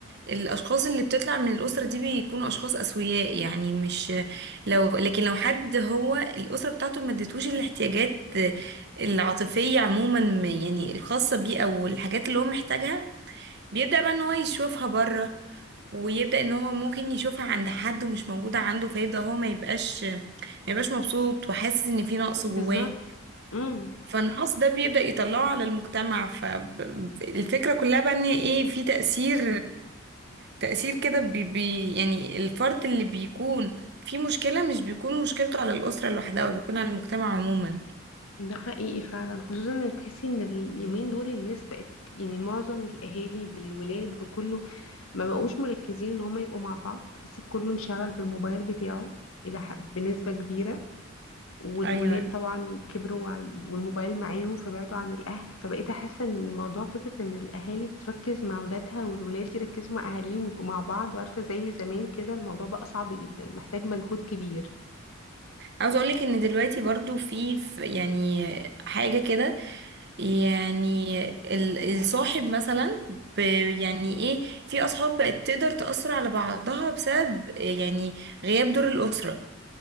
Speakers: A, on the right (about 55°); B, on the left (about 80°).
A: الاشخاص اللي بتطلع من الاسره دي بيكونوا اشخاص اسوياء يعني مش لو لكن لو حد هو الاسره بتاعته ما ادتوش الاحتياجات العاطفيه عموما يعني الخاصه بيه او الحاجات اللي هو محتاجها بيبدا بقى ان هو يشوفها بره ويبدأ ان هو ممكن يشوفها عند حد ومش موجودة عنده فيبدأ هو ما يبقاش ما يبقاش مبسوط وحاسس ان في نقص
B: بالظبط
A: جواه
B: امم
A: فالنقص ده بيبدأ يطلعه على المجتمع فالفكرة كلها بقى ان ايه في تأثير تأثير كده بي بي يعني الفرد اللي بيكون في مشكلة مش بيكون مشكلته على الأسرة لوحدها وبيكون على المجتمع عموما
B: ده حقيقي فعلا خصوصا ان تحسي ان اليومين دول الناس بقت يعني معظم الاهالي بالولاد بكله ما بقوش مركزين ان هما يبقوا مع بعض تحسي كله انشغل بالموبايل بتاعه الى ح- بنسبة كبيرة والولاد
A: ايوه
B: طبعا كبروا وع- والموبايل معاهم فبعدوا عن الاهل فبقيت احس ان الموضوع فكرة ان الاهالي تركز مع اولادها والولاد يركزوا مع اهاليهم ويبقوا مع بعض وعارفة زي زمان كده الموضوع بقى صعب جدا محتاج مجهود كبير
A: عاوز اقولك ان دلوقتي برضو في في- يعني حاجة كده يعني ال- الصاحب مثلا ب يعني ايه في اصحاب بقت تقدر تأثر على بعضها بسبب يعني غياب دور الأسرة